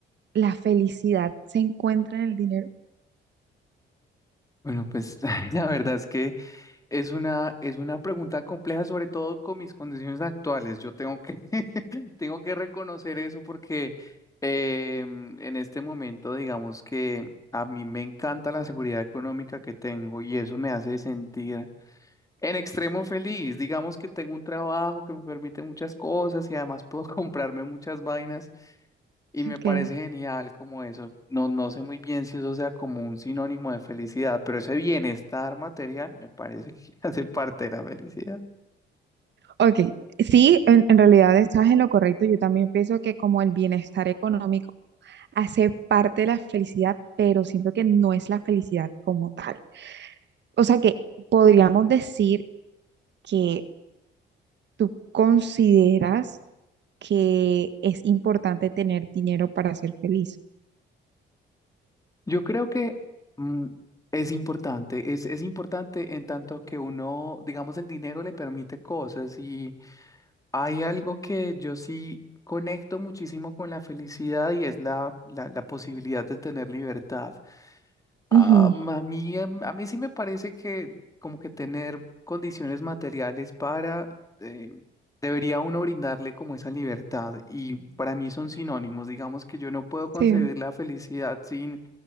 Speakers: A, on the right; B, on the left.
A: la felicidad se encuentra en el dinero?
B: Bueno, pues <laughs> la verdad es que es una, es una pregunta compleja, sobre todo con mis condiciones actuales. Yo tengo que, <laughs> tengo que reconocer eso porque em, en este momento, digamos que a mí me encanta la seguridad económica que tengo y eso me hace sentir en extremo feliz, digamos que tengo un trabajo que me permite muchas cosas y además puedo <laughs> comprarme muchas vainas y me
A: Ok.
B: parece genial como eso. No, no sé muy bien si eso sea como un sinónimo de felicidad, pero ese bienestar material me parece que <laughs> hace parte de la felicidad.
A: Ok, sí, en, en realidad estás en lo correcto. Yo también pienso que como el bienestar económico hace parte de la felicidad, pero siento que no es la felicidad como tal. O sea que podríamos decir que tú consideras que es importante tener dinero para ser feliz.
B: Yo creo que mm, es importante, es, es importante en tanto que uno, digamos, el dinero le permite cosas y hay algo que yo sí conecto muchísimo con la felicidad y es la, la, la posibilidad de tener libertad. Ah,
A: Ujú,
B: ma- a mí, em, a mí sí me parece que como que tener condiciones materiales para, eh, debería uno brindarle como esa libertad y para mí son sinónimos, digamos que yo no puedo concebir
A: Sí.
B: la felicidad sin